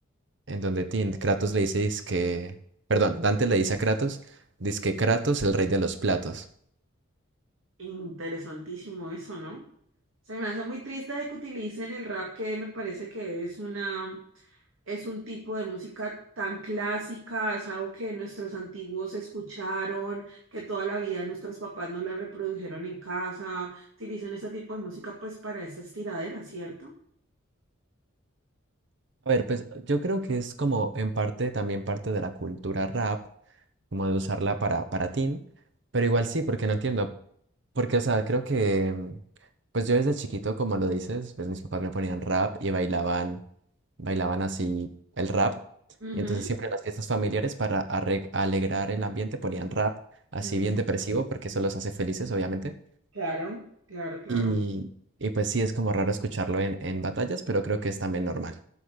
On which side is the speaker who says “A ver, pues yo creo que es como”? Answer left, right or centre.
Right